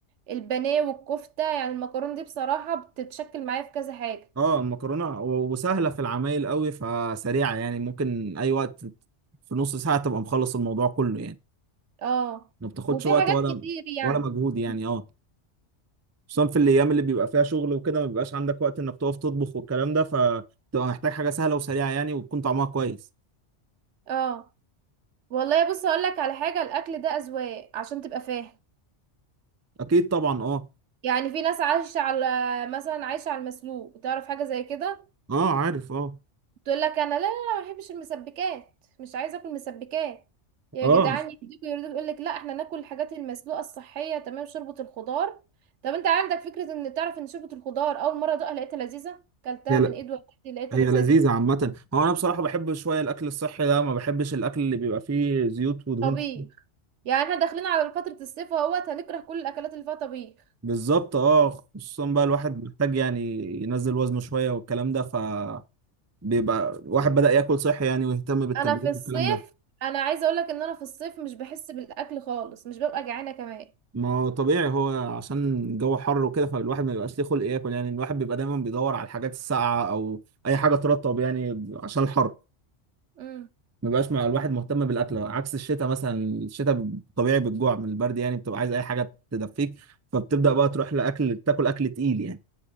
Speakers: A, on the right (about 75°); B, on the right (about 25°).
A: البانيه والكفتة يعني المكرونة دي بصراحة بتتشكل معايا في كذا حاجة
B: اه المكرونه و- وسهله في العمايل قوي فسريعه يعني ممكن اي وقت في نص ساعه تبقى مخلص الموضوع كله يعني
A: اه
B: ما بتاخدش
A: وفي
B: وقت
A: حاجات
B: ولا
A: كتير يعني
B: ولا مجهود
A: مم.
B: يعني اه خصوصا في الايام اللي بيبقى فيها شغل وكده ما بيبقاش عندك وقت انك تقف تطبخ والكلام ده فتبقى محتاج حاجه سهله وسريعه يعني وتكون طعمها كويس
A: اه والله بص هقول لك على حاجه الاكل ده اذواق عشان تبقى فاهم
B: اكيد طبعا اه
A: يعني في ناس عايشه على مثلا عايشه على المسلوق تعرف حاجه زي كده
B: اه عارف اه
A: تقول لك انا لا لا لا ما بحبش المسبكات مش عايزه اكل مسبكات يا
B: اه
A: جدعان يهديكوا يرضيكوا يقول لك لا احنا ناكل الحاجات المسلوقه الصحيه تمام شوربه الخضار طب انت عندك فكره ان تعرف ان شوربه الخضار اول مره ادوقها لقيتها لذيذه كلتها
B: هي ل...
A: من ايد والدتي لقيتها
B: هي
A: لذيذه
B: لذيذه
A: جدا
B: عامه هو انا بصراحه بحب شويه الاكل الصحي ده ما بحبش الاكل اللي بيبقى فيه زيوت ودهون
A: طبيخ يعني احنا داخلين على فتره الصيف اهوت هنكره كل الاكلات اللي فيها طبيخ
B: بالظبط اه خصوصا بقى الواحد محتاج يعني ينزل وزنه شويه والكلام ده ف بيبقى الواحد بدأ ياكل صحي يعني ويهتم بالتمرين
A: انا في الصيف
B: والكلام ده
A: انا عايزه اقول لك ان انا في الصيف مش بحس بالاكل خالص مش ببقى جعانه كمان
B: ما هو طبيعي هو عشان الجو حر وكده فالواحد ما بيبقاش ليه خلق ياكل يعني الواحد بيبقى دايما بيدور على الحاجات الساقعه او اي حاجه ترطب يعني عشان الحر
A: امم
B: ما بيبقاش مع الواحد مهتم بالاكل عكس الشتاء مثلا الشتاء طبيعي بتجوع من البرد يعني بتبقى عايز اي حاجه تدفيك فبتبدا بقى تروح لاكل تاكل اكل تقيل يعني